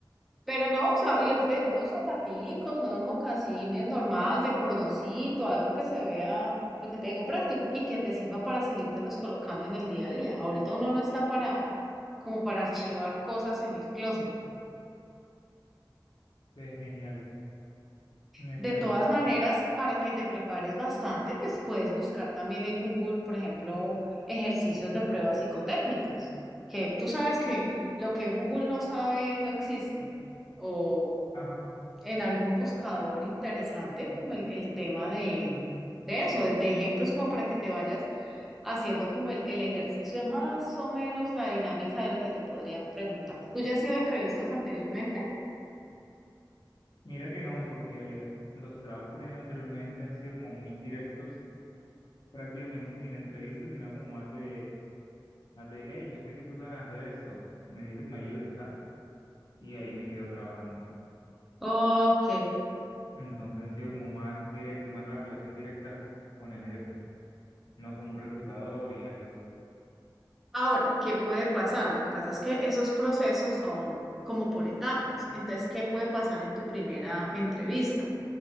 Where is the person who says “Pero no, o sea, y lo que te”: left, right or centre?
Centre